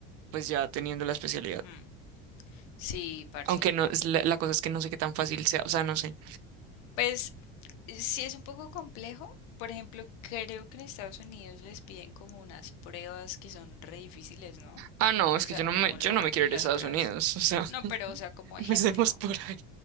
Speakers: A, on the right; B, on the left.
A: pues ya teniendo la especialidad.
B: mm. Sí, parce.
A: Aunque no, es la, la cosa es que no sé qué tan fácil sea. O sea, no sé.
B: Pues sí es un poco complejo. Por ejemplo, creo que en Estados Unidos les piden como unas pruebas que son re difíciles, ¿no?
A: Ah, no, es
B: O
A: que
B: sea,
A: yo no me,
B: homologan
A: yo no me quiero
B: y
A: ir
B: las
A: a Estados
B: pruebas.
A: Unidos. O sea, <laughs>
B: No, pero o sea, como
A: empecemos
B: ejemplo.
A: por ahí.